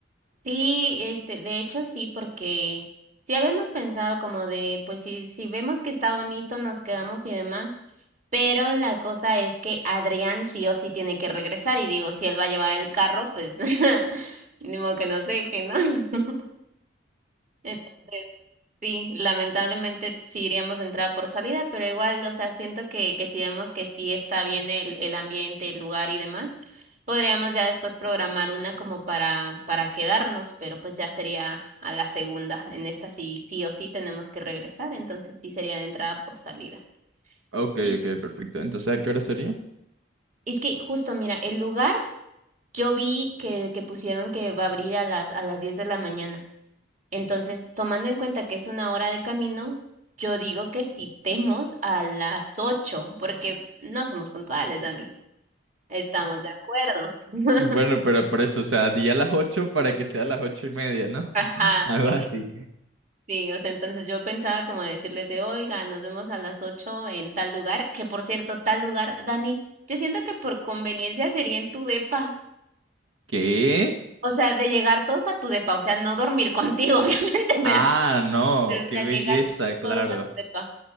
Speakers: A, on the right; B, on the right.
A: Sí, este, de hecho sí, porque sí habíamos pensado como de, pues si, si vemos que está bonito, nos quedamos y demás, pero la cosa es que Adrián sí o sí tiene que regresar y digo, si él va a llevar el carro, pues <laughs> ni modo que nos deje, ¿no? <laughs> Entonces, Sí, lamentablemente sí iríamos de entrada por salida, pero igual, o sea, siento que, que si vemos que sí está bien el, el ambiente, el lugar y demás, podríamos ya después programar una como para, para quedarnos, pero pues ya sería a la segunda. En esta sí, sí o sí tenemos que regresar, entonces sí sería de entrada por salida.
B: Ok,
A: Y-
B: ok, perfecto. Entonces, ¿a qué hora sería?
A: Es que justo, mira, el lugar yo vi que, que pusieron que va a abrir a las, a las 10 de la mañana. Entonces, tomando en cuenta que es una hora de camino, yo digo que citemos a las ocho, porque no somos puntuales, Dani. Estamos de acuerdo. <laughs>
B: Bueno, pero por eso, o sea, di a las 8 para que sea a las ocho y media, ¿no?
A: Ajá,
B: <laughs> Algo
A: sí,
B: así.
A: sí, o sea, entonces yo pensaba como decirles de, oiga, nos vemos a las ocho en tal lugar, que por cierto, tal lugar, Dani, yo siento que por conveniencia sería en tu depa,
B: ¿Qué?
A: o sea, de llegar todos a tu depa, o sea, no dormir contigo, <laughs> obviamente, pero,
B: Ah, no,
A: pero, o
B: qué
A: sea,
B: belleza,
A: llegar
B: claro.
A: todos a tu depa.